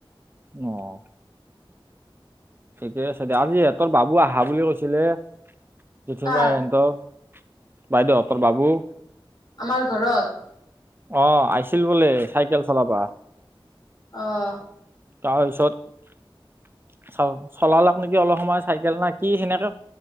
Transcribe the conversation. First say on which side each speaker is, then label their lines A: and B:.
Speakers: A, on the right; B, on the left.
A: আহঁ ঠিকে আছে দেিয় আজি সিহঁতৰ বাবু আহা বুলি কৈছিলে জঠীমা
B: কাৰ
A: সিহতঁৰ বাইদেউ তোৰ বাবু
B: আমাৰ ঘৰত
A: অঁ আহিছিল বোলে চাইকেল চলাবা।
B: আহঁ
A: তাৰপিছত। চ চলালাক নেকি অলপ সময় চাইকেল নাই কি সেনেকে।